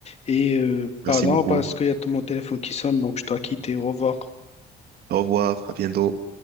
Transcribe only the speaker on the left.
Et euh,
pardon,
parce qu'il y a tout mon téléphone qui sonne, donc je dois quitter. Au revoir.